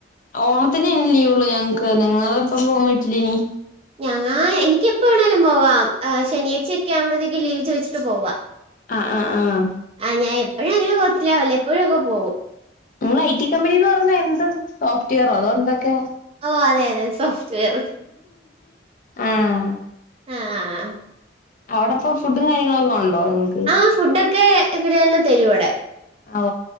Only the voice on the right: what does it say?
ഞങ്ങാ എനിക്ക എപ്പാണേലും പോവാം ശനിയാച്ചയ ഒക്കെ ആകുമ്പോഴത്തേക്ക് ലീവ് ചോദിച്ചിട്ട് പോവ
ആഹ് ഞാൻ എപ്പോഴും അങ്ങനെ പോത്തില്ല വല്ലപ്പോഴും ഒക്കെ പോകും
ഓ അതെ അതെ സോഫ്റ്റ്വെയർ
ആഹ് ആഹ് ആഹ്
ആഹ് ഫുഡൊക്കെ <unintelligible> തരു ഇവടെ